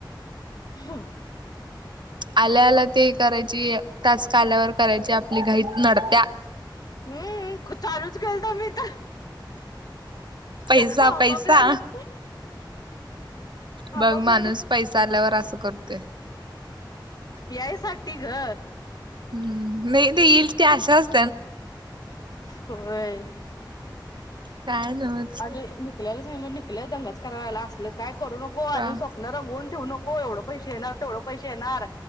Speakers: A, on the left; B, on the right.
A: <unintelligible>
B: आल्याल्या ते करायची, टास्क आल्यावर करायची आपलीं घाईत नडत्या.
A: हम्म ख चालूच. केलता मीच.
B: पैसा
A: हापापल्यागत
B: पैसा
A: हापापल्यागत
B: बघ माणूस पैसा आल्यावर असं करतोय.
A: यायसाठी ग.
B: हम्म नाई ते येईल ते असंच.
A: होय
B: काय नव्हच
A: आणि निकल्याल सांगि लय दंगाच करायला असले काय? करू नको
B: का
A: आणि स्वप्न रंगवून ठेवू नको, एवढं पैशे येणारं तेवढं पैशे येणारं